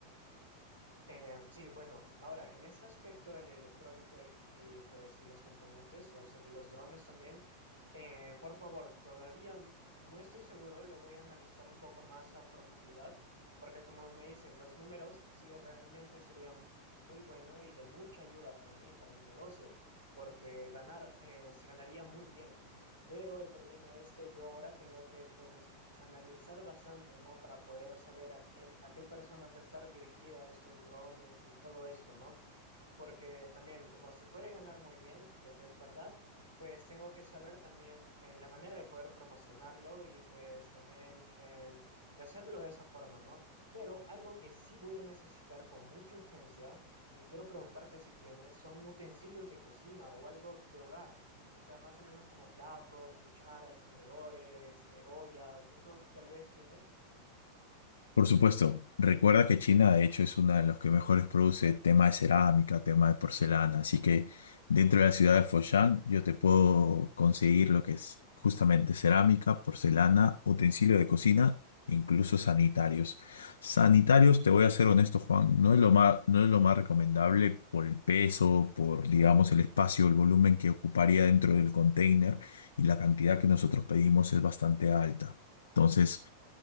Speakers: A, on the right (about 85°); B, on the left (about 70°).
A: Eh, sí, bueno, ahora en ese aspecto de la electrónica y, y, pues y los componentes o sobre los drones también, eh, por favor, todavía n- no estoy seguro, lo voy a analizar un poco más a profundidad, porque como me dices, los números sí realmente serían muy bueno y de mucha ayuda para mí y para mi negocio, porque ganar eh, se ganaría muy bien. Pero el problema es que yo ahora tengo que pues analizar bastante, ¿no? Para poder saber a quién, a qué personas va a estar dirigida estos drones y todo esto, ¿no? porque también como se puede ganar muy bien, lo que es verdad, pues tengo que saber también eh, la manera de poder promocionarlo y pues también eh, de hacerlo de esa forma, ¿no? Pero algo que sí voy a necesitar con mucha urgencia y quiero preguntarte si tienes, son utensilios de cocina o algo de hogar. O sea, más o menos como platos, cucharas, tenedores, eh, ollas, eso tal vez tiene.
B: Por supuesto, recuerda que China de hecho es una de las que mejores produce tema de cerámica, tema de porcelana, así que dentro de la ciudad de Foshan yo te puedo conseguir lo que es justamente cerámica, porcelana, utensilio de cocina, e incluso sanitarios. Sanitarios, te voy a ser honesto, Juan,
A: Ok,
B: no es lo más, no es lo más recomendable por el peso, por digamos el espacio, el volumen que ocuparía dentro del container y la cantidad que nosotros pedimos es bastante alta. Entonces,